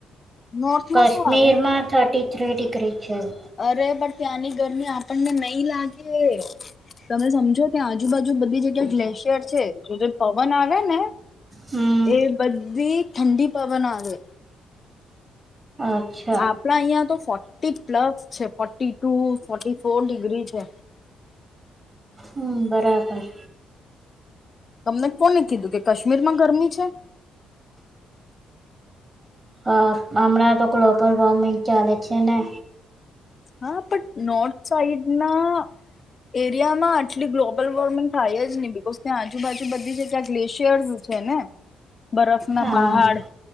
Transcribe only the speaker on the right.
કશ્મીર
માં થર્ટી. <inaudible>
હમ
અચ્છા
હમ! બરાબર.
હા, હમણાં તો ગ્લોબલ વોર્મિંગ ચાલે છે ને.
હા